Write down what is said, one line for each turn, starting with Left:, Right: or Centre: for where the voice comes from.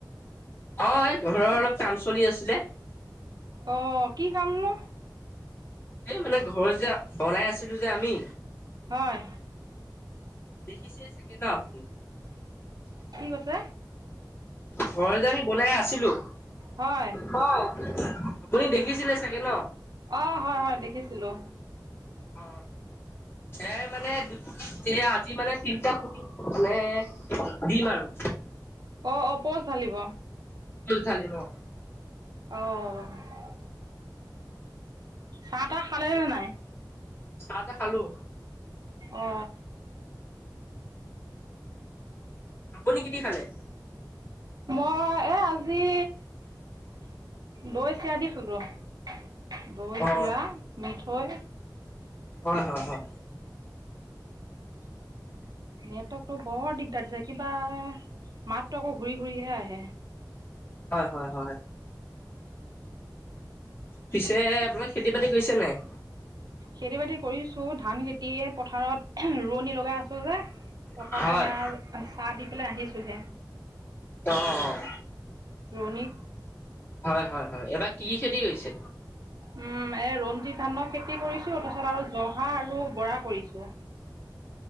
Left: হয় ঘৰৰ অলপ কাম চলি আছিলে।
Right: অ, কি কাম নো?
Left: এই মানে ঘৰত যে বনাই আছিলো যে আমি,
Right: হয়।
Left: দেখিছে চাগে ন আপুনি?
Right: কি কৈছে?
Left: ঘৰ যে আমি বনাই আছিলো,
Right: হয়
Left: হয় আপুনি দেখিছিলে চাগে ন?
Right: অ হয় হয় দেখিছিলো।
Left: অ এ মানে এ আজি মানে তি টা খুটি পোটি মানে দিম আৰু।
Right: অঁ অঁ প'ষ্ট ঢালিব।
Left: পষ্ট ধালিম অ।
Right: অহ। চাহ তাহ খালে
Left: এই
Right: নাই?
Left: চাহ তাহ খালো
Right: অ!
Left: আপুনি কি কি খালে?
Right: মই এ আজি দৈ চিৰা দি খালো। দৈ,
Left: অ
Right: চিৰা, মিঠৈ।
Left: হয় হয় হয়।
Right: নেটৱৰ্কতটো বৰ দিগদাৰ দিছে কিবা মাততো আকৌ ঘূৰি ঘূৰিহে আহে।
Left: হয় হয় হয় পিছে আপোনাৰ খেতি বাতি কৰিছে নাই?
Right: খেতি বাতি কৰিছোঁ ধান খে তি পথাৰত ৰোৱনী লগাই আছো যে পথাৰ
Left: হয়
Right: পৰা সেয়া অ চাহ দি পেলাই আহিছোহে।
Left: অ অ
Right: ৰোৱনীক
Left: হয় হয় হয় এবাৰ কি খেতি কৰিছে?
Right: উম এ ৰঞ্জিত ধানৰ খেতি কৰিছোঁ তাৰপিছত আৰু জহা আৰু বৰা কৰিছোঁ।